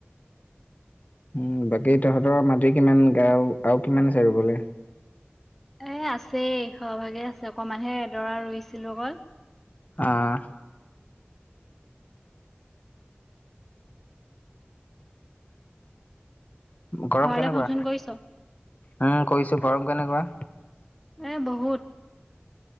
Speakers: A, on the left; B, in the centre.
A: উম, বাকী তহঁতৰ মাটি কিমানগাল আৰু কিমান আছে ৰুবলৈ?
B: এ, আছেই সৰহভাগে আছে। অকমানহে এডৰা ৰুইছিলোঁ অকল।
A: আহ। গৰম
B: ঘৰলে
A: কেনেকুৱা?
B: ফোন চোন কৰিছ?
A: উম, কৰিছো। গৰম কেনেকুৱা?
B: এ, বহুত।